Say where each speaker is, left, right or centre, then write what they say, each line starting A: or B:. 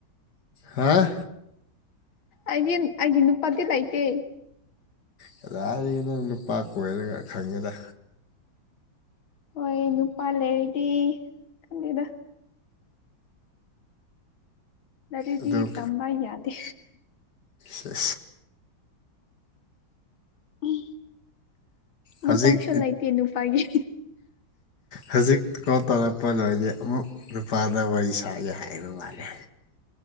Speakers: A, on the left; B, on the left.
A: ꯍꯥꯥ
B: ꯑꯩꯗꯤ ꯑꯩꯒꯤ ꯅꯨꯄꯥꯗꯤ ꯂꯥꯏꯇꯦ
A: ꯀꯗꯥꯔꯤ ꯅꯪ ꯅꯨꯄꯥ ꯀꯣꯏꯔꯒ ꯈꯪꯉꯦꯗ
B: ꯍꯣꯏ ꯅꯨꯄꯥ ꯂꯩꯔꯗꯤ ꯈꯗꯗ ꯑꯗꯨꯗꯤꯗꯤ
A: ꯑꯗꯨ
B: ꯇꯝꯕ ꯌꯥꯗꯦ
A: ꯑ
B: ꯎꯝ
A: ꯍꯧꯖꯤꯛ
B: ꯃꯇꯝꯁꯨ ꯂꯩꯇꯦ ꯅꯨꯄꯥꯒꯤ
A: ꯍꯧꯖꯤꯛ ꯀꯣ ꯇꯧꯔꯛꯄ ꯂꯣꯏꯔꯗꯤ ꯑꯃꯨꯛ ꯅꯨꯄꯥꯗ ꯋꯥꯔꯤ ꯁꯥꯥꯏꯒꯦ ꯍꯥꯏꯕ ꯃꯥꯂꯦ